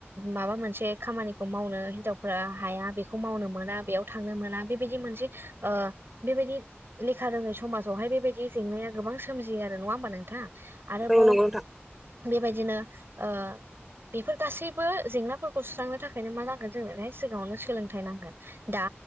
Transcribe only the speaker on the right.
माबा मोनसे खामानिखौ मावनो हिनजावफ्रा हाया बेखौ मावनो मोना बे याव थांनो मोना बेबायदि मोनसे ओ बेबायदि लेखा रोङै समाजावहाय बेबायदि जेंनाया गोबां सोमजियो आरो नङा होमबा नोंथां? आरोबाव
बेबायदिनो ओ बेफोर गासैबो जेंनाफोरखौ सुस्रांनो थाखायनो मा नांगोन जोंनोहाय सिगाङावनो सोलोंथाइ नांगोन दा